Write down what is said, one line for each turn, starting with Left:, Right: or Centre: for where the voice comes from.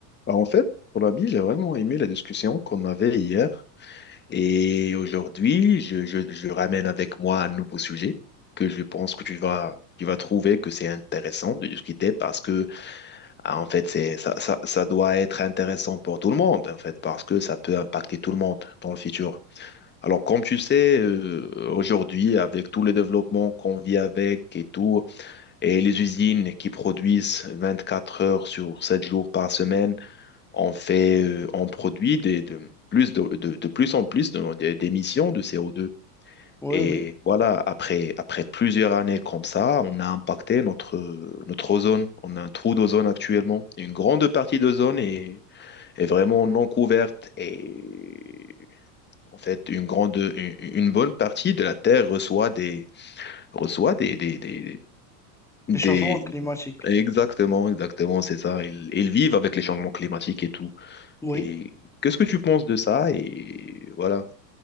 Left: Bah, en fait, pour la vie, j'ai vraiment aimé la discussion qu'on avait hier. Et aujourd'hui, je, je- je ramène avec moi un nouveau sujet que je pense que tu vas, tu vas trouver que c'est intéressant de discuter parce que, ah, en fait, c'est, ça, ça, ça doit être intéressant pour tout le monde, en fait, parce que ça peut impacter tout le monde dans le futur. Alors, comme tu sais, euh, aujourd'hui, avec tous les développements qu'on vit avec et tout, et les usines qui produisent 24 heures sur 7 jours par semaine, on fait, euh, on produit des- de, plus de, de- de plus en plus de- de- d'émissions de CO2.
Centre: Oui,
Left: Et
Centre: oui.
Left: voilà, après, après plusieurs années comme ça, on a impacté notre, notre ozone. On a un trou d'ozone actuellement. Une grande partie d'ozone est, est vraiment non couverte. Et en fait, une grande, une, une bonne partie de la Terre reçoit des, reçoit des, des, des, des-
Centre: Les changements climatiques.
Left: Exactement, exactement, c'est ça. Ils, ils vivent avec les changements climatiques et tout.
Centre: Oui.
Left: Et qu'est-ce que tu penses de ça? Et voilà,